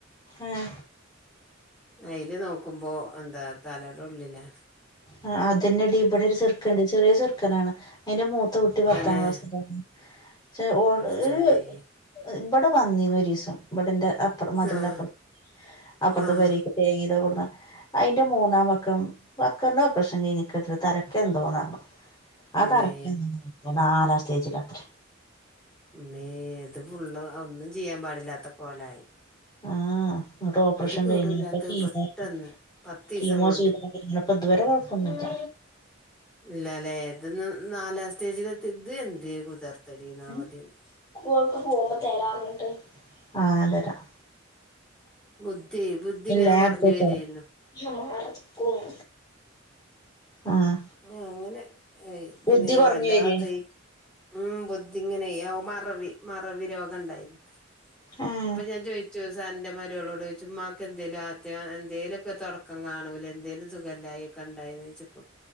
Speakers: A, on the left; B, in the centre.
A: ഏഹ്
B: അതില് നോക്കുമ്പോ എന്താ തലേടെ ഉള്ളിലാ
A: ആഹ് അത്ന്നെ ഇടെ ഇവിടെ ഒരു ചെറുക്കുണ്ട് ചെറിയ ചെറുക്കനാണ് അതിന്റെ മൂ ത്ത് കൂട്ടി
B: പെട്ടെന്ന്
A: പത്താം ക്ലാസ്സിലാണ് ചെ ഓട്
B: പടച്ചോനെ
A: <unintelligible> ഇവിടെ വന്നിന്ന് ഒരു ദിവസം ഇവിടിന്റെ അപ്പറം മതിലന്റെ
B: ആഹ്
A: അപ്പറം അപ്പുറത്തെ
B: ആഹ്
A: പെരെക്ക് തേങ്ങീടാൻ പോണത അതിന്റെ മൂന്നാം പക്കം വക്കർന്റെ ഓപ്രെഷൻ കഴിഞ്ഞിക്ക്ക്ക് തലക്ക് എന്തോന്നാന്ന് അതരക്കക്കെന്നും
B: മ്മേ
A: നോക്കൂല നാലാം സ്റ്റെജിലാ ത്രെ
B: മേ ഇത് ഫുള്ള് ഒന്നും ചെയ്യാൻ പാടില്ലാത്ത കോലായി
A: ആഹ് ഇങ്ങോട്ട് ഓപ്പറേഷൻ
B: ഒരു കേടുല്ലാത്തത്
A: കഴിഞ്ഞപ്പോ കീമോക്ക്
B: പെട്ടെന്ന് പത്തീസം
A: കീമോ
B: കൊണ്ട്
A: ചെയ്തോണ്ടിരുന്നപ്പോ ഇതുവരെ കുഴപ്പൊന്നില്ല
B: ഇല്ലല്ലേ. ഇത് ന നാലാം സ്റ്റേജിലത്തിത് എന്ത് കുതിർത്തല് ന്നാ
A: ഉം
B: <unintelligible>
A: ഓൾക്ക് പോകുമ്പോ തരാർഞ്ഞിട്ട് ആഹ് ഞാൻ തരാം
B: ബുദ്ധി ബുദ്ധി
A: ഇല്ല
B: ഇങ്ങനെ
A: ഞാൻ
B: കുറഞ്ഞു
A: എടുത്ത് വെച്ചോളാ
B: വരേന്നു
A: മറക്കും ആഹ്
B: ആ അങ്ങനെ ഏ ഇതിനെ
A: ബുദ്ധി കൊറഞ്ഞു
B: വല്ലാത്ത
A: വരേ
B: ഈ ഉം ബുദ്ധി ഇങ്ങനെ ഓ മറവി മറവി രോഗം ഇണ്ടായിരുന്നത്രേ.
A: ഏഹ്
B: അപ്പോ ഞാൻ ചോയിച്ചു സൻ ന്റെ മരിയോളോട് ചോയിച്ചു ഉമ്മാക്ക് എന്തേലും അത്യാ എന്തേലൊക്കെ തൊടക്കം കാണൂലെ എന്തേലും സുഖല്ലായി ഒക്കെ ഇണ്ടാ യ്നിയോച്ചപ്പോ